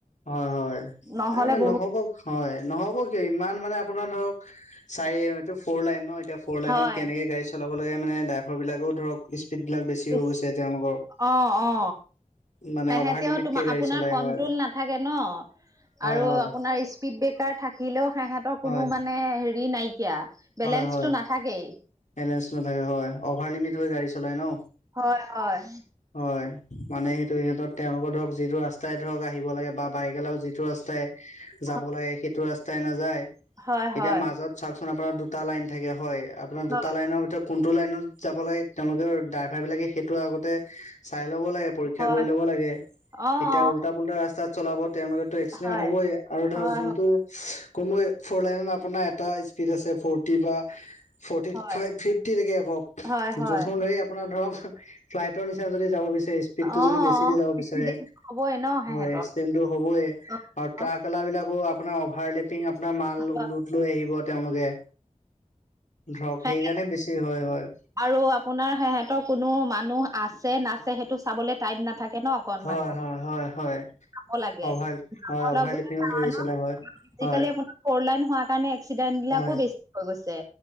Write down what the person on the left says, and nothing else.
হয় হয়
এই মানে
নহব হয় নহ'ব কিয় ইমান মানে আপোনাৰ ধৰক চাৰি এইটো ফ'ৰ লাইন ন এতিয়া ফৰ লাইনত
কেনেকে গাড়ী চলাব লাগে মানে ড্ৰাইভাৰ বিলাকেও ধৰক স্পীড বিলাক বেচি হৈ
গৈছে যে তেওঁলোকৰ
মানে
অভাৰ লিমিটকে
গাড়ী
চলাই
হয়
হয়
হয়
হয়
হয় হয়
বেলেঞ্চ নাথাকে হয় অভাৰলিমিট হৈ গাড়ী চলাই ন
হয় মানে সেইটো সিহঁতৰ তেওঁলোকৰ ধৰক যিটো ৰাস্তাই ধৰক আহিব লাগে বা বাইকলাও যিটো ৰাস্তাই
যাব লাগে সেইটো ৰাস্তাই নাযায়
এতিয়া মাজত চাওকচোন আপোনাৰ দুটা লাইন থাকে হয় আপোনাৰ
দুটা লাইনৰ ভিতৰত কোনটো লাইনত যাব লাগে তেওঁলোকৰ ড্ৰাইভাৰবিলাকে সেইটো আগতে চাই ল'ব লাগে পৰীক্ষা
কৰি ল'ব লাগে।
এতিয়া উল্টা পুল্টা ৰাস্তাত চলাব তেওঁলোকৰতো এক্সিডেণ্ট
হবই আৰু ধৰ
যোনটো কম ফ'ৰ লাইনত আপোনাৰ এটা স্পীড আছে ফ'ৰটি বা ফটি
ফাইভ
ফিফটিলেকে এভভ
যোন খন গাড়ী আপোনাৰ ধৰক ফাইভ ফ্ৰাইটৰ নিচিনা যদি যাব বিচাৰে স্পীডটো
যদি বেছি দি
যাব বিচাৰে
হয় হবই
আৰু
ট্ৰাক অলা বিলাকৰ আপোনাৰ অভাৰ লেটিং আপোনাৰ মাল
লৈ আহিব তেওঁলোকে ধৰক
সেইকাৰণে বেছি হয় হয়
হয়
হয় হয় হয়
অভাৰ
হয় অভাৰ
লিপিঙত
গাড়ী চলা হয়
হয়
হয়